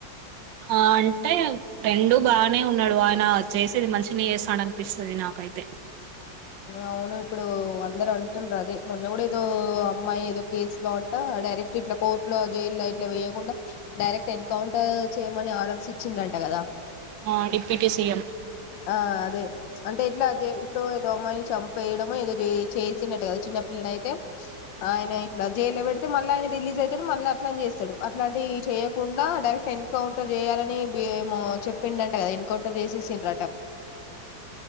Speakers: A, on the right; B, on the left.
A: ఆ అంటే రెండు బానే ఉన్నాడు ఆయన చేసేది మంచినే చేస్తాడు అనిపిస్తాది నాకైతే
B: అవును ఇప్పుడు అందరు అంటున్నారు అదే మొన్న కూడా ఏదో అమ్మాయి ఏదో కేసు లో అంట డైరెక్ట్ ఇట్లా కోర్టులో జైల్లో ఇట్లా వేయకుండా డైరెక్ట్ ఎన్కౌంటర్ చేయమని ఆర్డర్స్ ఇచ్చిండంట కదా
A: ఆ డిప్యూటీ సిఎం
B: ఆ అదే అంటే ఇట్లా అజయ్ ఇప్పుడు ఏదో అమ్మాయిని చంపేయడం ఏదో చేసినట్టు కదా చిన్న పిల్లని అయితే ఆయన ఇట్ జైల్లో పెడితే మళ్ళీ ఆయన రిలీజ్ అవుతాడు మళ్ళీ అట్లా చేస్తాడు అట్లాంటివి చేయకుండా డైరెక్ట్ ఎన్కౌంటర్ చేయాలని ఏమో చెప్పిండ అంట కదా ఎన్కౌంటర్ చేసేసిన్రట